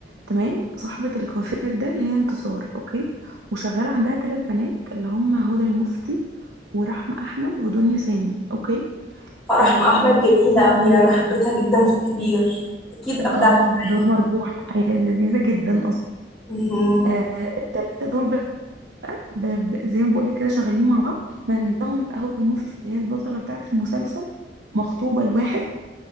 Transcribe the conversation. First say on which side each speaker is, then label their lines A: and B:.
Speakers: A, on the right; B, in the centre.
A: تمام صاحبة الكوافير ده اللي هي انتصار اوكي وشغال عندها ثلاث بنات اللي هم هدى المفتي ورحمة احمد ودنيا سامي اوكي
B: فرح
A: آه
B: احمد جميله قوي انا حبيتها جدا في الكبير اكيد ابدعت
A: اه
B: فيها
A: دور مربوح هي لذيذة جدا اصلا
B: مهم.
A: آه التلاتة دول ب... ب... ب- زي ما بقولك كده شغالين مع بعض منهم بقى هدى المفتي اللي هي البطلة بتاعة المسلسل مخطوبة لواحد